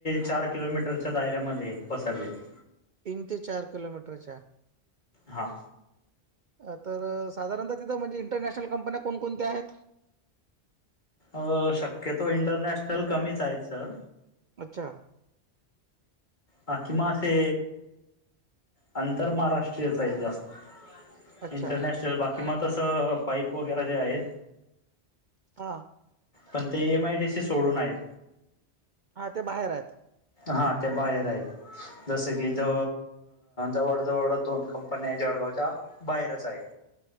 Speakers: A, on the left; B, on the right.
A: चार किलोमीटरच्या दायऱ्यामध्ये पसरलेत.
B: तीन ते चार किलोमीटरच्या,
A: हा,
B: अ तर साधारणतः तिथं म्हणजे इंटरनॅशनल कंपन्या कोणकोणत्या आहेत?
A: अ शक्यतो इंटरनॅशनल कमीच आहेत सर.
B: अच्छा,
A: हा किंवा असे आंतर महाराष्ट्रीयच आहे जास्त.
B: अच्छा
A: इंटरनॅशनल बाकी मगं तसं पाईप वगैरे जे आहेत.
B: हा.
A: पण ते एमआयडीसी सोडून आहेत.
B: हा ते बाहेर आहेत.
A: हा ते बाहेर आहेत जसं की ज जवळ जवळ दोन कंपन्या आहे. जळ गावच्या बाहेरच आहे.